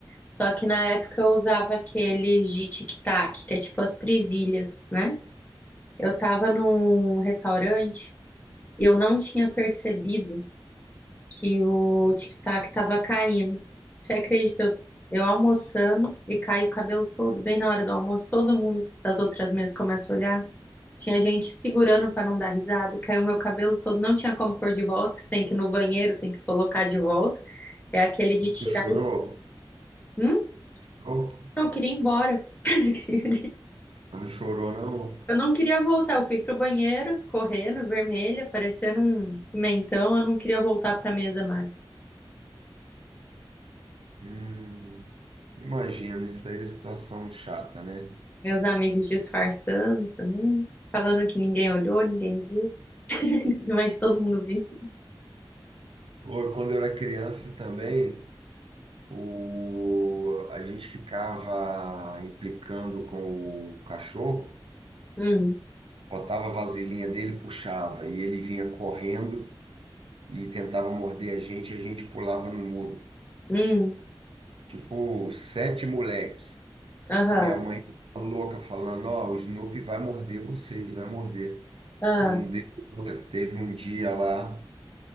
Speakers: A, on the left (about 20°); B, on the right (about 80°).
A: Só que na época eu usava aqueles de tic-tac, que é tipo as presilhas, né? Eu tava num restaurante e eu não tinha percebido que o tic-tac tava caindo. Você acredita? Eu, eu almoçando e cai o cabelo todo, bem na hora do almoço, todo mundo das outras mesas começa a olhar. Tinha gente segurando para não dar risada, e caiu meu cabelo todo, não tinha como pôr de volta, porque você tem que ir no banheiro, tem que colocar de volta. É aquele de
B: E
A: tirar.
B: tu chorou?
A: e- Hum?
B: Chorou?
A: Não, eu queria ir embora. <laughs>
B: Não chorou, não?
A: Eu não queria voltar, eu fui pro banheiro, correndo, vermelha, parecendo um pimentão, eu não queria voltar pra mesa mais.
B: Hum, imagina, isso aí é situação chata, né?
A: Meus amigos disfarçando também, falando que ninguém olhou, ninguém viu, <laughs> mas todo mundo viu.
B: ou quando eu era criança também, o, a gente ficava implicando com o cachorro,
A: Hum,
B: botava a vasilhinha dele, puxava, e ele vinha correndo e tentava morder a gente, e a gente pulava no muro.
A: hum,
B: Tipo, sete moleque.
A: aham,
B: E minha mãe ficava louca, falando, ó, o Snoopy vai morder vocês, vai morder.
A: ah,
B: Não deu outra. Teve um dia lá.